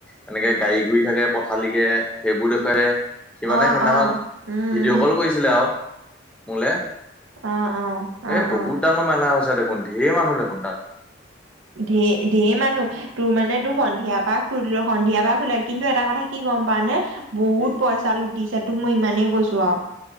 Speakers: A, in the centre; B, on the right.
A: এনেকে গাড়ী ঘূৰি থাকে পথালিকে, সেইবোৰ দেখুৱাইছে, সি মানে
B: অ
A: সেইদিনাখন
B: অ উম
A: ভিডিঅ' কল কৰিছিলে আৰু মোলে,
B: অ অ অ
A: এ বহুত
B: অ
A: ডাঙৰ মেলা হৈছে দেখোন। ধেৰ মানুহ দেখোন তাত।
B: ধে-ধেইৰ মানুহ। তোৰ মানে, তোৰ সন্ধিয়াৰ পৰা খো-সন্ধিয়াৰ পৰা খোলে। কিন্তু এটা কথা কি গম পাৱ নে? বহুত
A: কি
B: পইচা লুটিছে, তোক মই ইমানেই কৈছোঁ আওঁ।